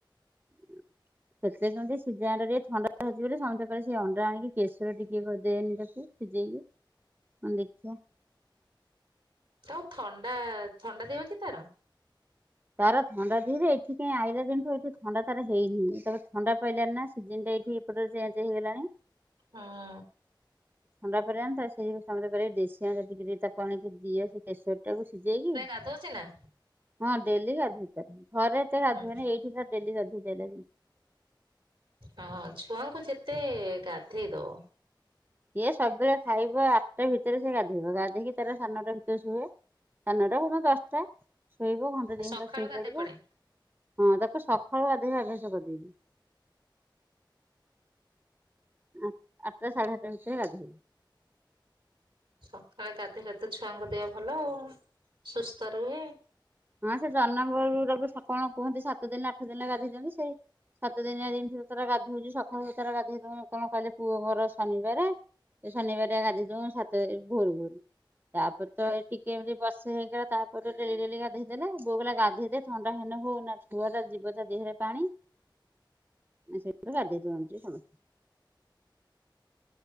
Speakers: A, on the right; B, on the right.
A: <unintelligible> କେତେଲେ କେମିତି ସିଝା ଅଣ୍ଡା ଟିକେ ଥଣ୍ଡା ହୋଉଛି ବୋଲି ସମସ୍ତେ କହିଲେ ସେଇ ଅଣ୍ଡା ଆଣିକି କେଶର ଟିକେ କ ଦେନି ତାକୁ। ସିଯେଇକି ମୁଁ କହିନି ଦେଖିଆ।
B: ତାକୁ ଥଣ୍ଡା ଥଣ୍ଡା ଦେହ କି ତାର?
A: ତାର ଥଣ୍ଡା ଦେହଯେ ଏଠି କାହିଁ ଆଇଲା ଦିନଠୁ ଏଠୁ ଥଣ୍ଡା ତାର ହେଇନି ତ ଥଣ୍ଡା ପାଇଲାନି ନା ସିଜନ ଟା ଏଠି ଏପଟରେ ଚେଞ୍ଚ ହେଇଗଲାଣି।
B: ହଁ।
A: ଥଣ୍ଡା ପଡିଲାନି ତ ସେଇ ଯୋଗୁ ସମସ୍ତେ କହିଲେ ଦେଶୀ ଅଣ୍ଡା ଟିକେ ଟିକେ ତାକୁ ଆଣିକି ଦିଅ ସେ କେସରଟାକୁ ସିଝେଇକି
B: ଗାଧୋଉଚି ନା?
A: ହଁ ଡେଲି ଗାଧୋଉଛି ତାକୁ। ଘରେ ଏତେ ଗାଧୁଏନି
B: ହୁଁ
A: ଏଇଠି ତାକୁ ଡେଲି ଗାଧୋଉଚି ଅଇଲା ଦିନଠୁ।
B: ହଁ ଛୁଆଙ୍କୁ ଯେତେ ଗାଧେଇ ଦବ
A: ଇଏ ସବୁବେଳେ ଖାଇବ ଆଠଟା ଭିତରେ ସେ ଗାଧେଇବ ଗାଧେଇକି ତାର ସାଢେ ନଅଟା ଭିତରେ ଶୁଏ। ସାଢେ ନଅଟା କୋଉଦିନ ଦଶଟା ଶୋଇବ ଘଣ୍ଟା ଦି
B: ସକାଳୁ
A: ଘଣ୍ଟା ଶୋଇ
B: ଗାଧେଇ
A: ପଡିବ।
B: ପଡେ।
A: ହଁ ତାକୁ ସକାଳୁ ଗାଧେଇବା ଆଭ୍ୟାସ କରିଦେଇଚି। ଆଠ ଆଠଟା ସାଢ଼େ ଆଠଟା ଭିତରେ ଗଧେଇଦେମି।
B: ସକାଳେ ଗାଧେଇଲେ ତ ଛୁଆଙ୍କ ଦେହ ଭଲ ଆଉ ସୁସ୍ଥ ରୁହେ।
A: ହଁ ସେ ଜନ୍ମ ବେଳରୁ ସ କଣ କୁହନ୍ତି ସାତ ଦିନ ଆଠ ଦିନରେ ଗାଧେଇଦିଅନ୍ତି ସେ ସାତ ଦିନିଆ ଦିନଠୁ ସେ ତାର ଗାଧୋଉଛି ସକାଳୁ ସେ ତାର ଗାଧେଇ ଦୋଉଁ କଣ କହିଲେ ପୁଅ ଙ୍କର ଶନିବାର। ଶନିବାରିଆ ଗାଧେଇ ଦୋଉଁ ସାତ ଭୋର ଭୋରୁ ତାପ ତ ଏ ଟିକେ ଏମିତି ବର୍ସେ ହେଇଗଲା ତାପରେ ତ ଡେଲି ଡେଲି ଗାଧ ଦେଲେ ବୋଉ କହିଲା ଗାଧେଇ ଦେ ଥଣ୍ଡା ହେନେ ହଉ ନା ଛୁଆ ଟା ଯିବ ତା ଦେହରେ ପାଣି। ସେଥିପାଇଁ ଗାଧେଇ ଦିଅନ୍ତି ସମସ୍ତେ।